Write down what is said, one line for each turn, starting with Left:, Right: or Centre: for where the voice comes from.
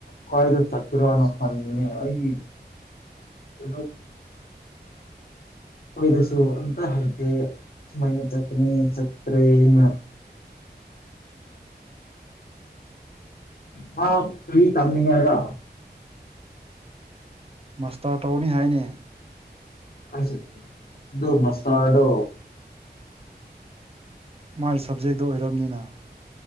Left: ꯀꯥꯏꯗ ꯆ ꯀꯔ ꯋꯥꯅ ꯈꯜꯅꯦ ꯑꯩꯗꯤ ꯑ ꯑꯣꯏꯣꯏꯗꯁꯨ ꯑꯇ ꯍꯥꯏꯇꯦ ꯁꯨꯃꯥꯏꯅ ꯆꯈꯅꯤ ꯆꯈ꯭ꯔꯦ ꯏꯅ ꯃꯥ ꯐꯔꯤ ꯇꯝꯅꯤꯡꯉꯒ
Right: ꯃꯥꯁꯇꯥꯔ ꯇꯧꯅꯤ ꯍꯥꯏꯅꯦ
Left: ꯑꯩꯁ ꯑꯗꯨꯣ ꯃꯁꯥꯗꯣ
Right: ꯃꯥꯏ ꯁꯕꯖꯦꯛꯇꯣ ꯑꯣꯏꯔꯕꯅꯤꯅ